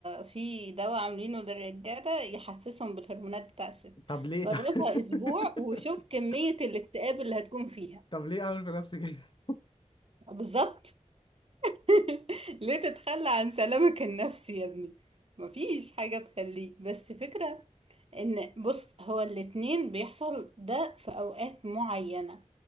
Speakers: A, on the right; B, on the left.
A: في دواء عاملينه للرجالة يحسسهم بالهرمونات بتاع الست
B: طب ليه
A: جربها أسبوع
B: <laughs>
A: وشوف كمية الاكتئاب اللي هتكون فيها
B: طب ليه اعمل في نفسي كده
A: بالظبط <laughs> ليه تتخلى عن سلامك النفسي يا ابني مفيش حاجة تخليك بس فكرة ان بص هو الاتنين بيحصل ده في اوقات معينة